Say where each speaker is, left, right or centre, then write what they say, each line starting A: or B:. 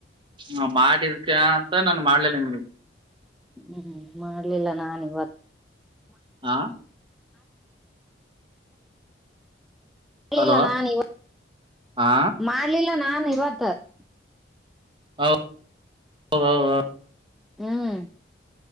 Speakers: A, on the right; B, in the centre.
A: ಹ ಮಾಡಿದಕ್ಕೆ ಅಂತ ನಾನನ್ ಮಾಡ್ಲಿಲ್ಲ ನಿನ್ಗೆ
B: ಹ್ಮ್ ಮಾಡ್ಲಿಲ್ಲ ನಾನ್ ಇವತ್ತು
A: ಹಾ
B: ಮಾಡ್ಲಿಲ್ಲ
A: ಹಲೋ
B: ನಾ ಇ
A: ಹಾ
B: ಮಾಡ್ಲಿಲ್ಲ ನಾನ್ ಇವತ್ತು <unintelligible>
A: ಹ ಹ ಹ
B: ಹ್ಮ್